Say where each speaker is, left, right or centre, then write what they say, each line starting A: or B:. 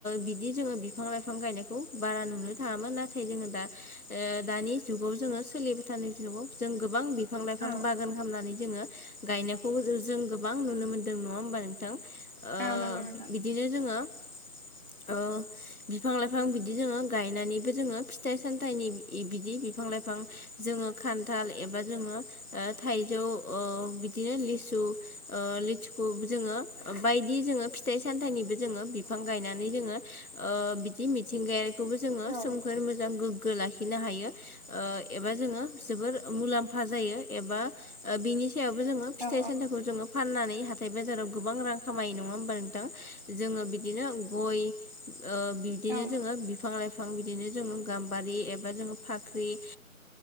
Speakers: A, on the left (about 80°); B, on the right (about 35°).
A: बिदि जोङो बिफां लाइफां गायनायखौ बारा नुनो थाङामोन नाथ थाय जो दा ओ दानि जुगाव जोङो सोलिबाय थानाय जुगाव जों गोबां बिफां लाइफां
B: औ
A: बागान खामनानै जोङो गायनायखौबो जों गोबां नुनो मोनदों नङा होमबा नोंथां ओ
B: औ नंगौ नोंथां
A: बि दिनो जोङो ओ बिफां लाइफां बिदि जोङो गायनानैबो जोङो फिथाइ सामथाइनि बिदि बिफां लाइफां जोङो खान्थाल एबा जोङो ओ थाइजौ ओ बिदिनो लिसु ओ लिथुखु जोङो बायदि जोङो फिथाइ सामथाइनिबो जोङो बिफां गायनानै जोङो ओ बिदि मिथिंगाय खौबो जोङो
B: औ
A: सोमखोर मोजां गोग्गो लाखिनो हायो ओ एबा जोङो जोबोर मुलाम्फा जायो एबा बिनि सायावबो जोङो फिथाइ
B: औ
A: सामथाइखौ जोङो फाननानै हाथाय बाजाराव गोबां रां खामायो नङा होमबा नोंथां। जोङो बिदिनो गय ओ बिदिनो
B: औ
A: जोङो बिफां लाइफ फां बिदिनो जोङो गाम्बारि एबा जों फाख्रि ओ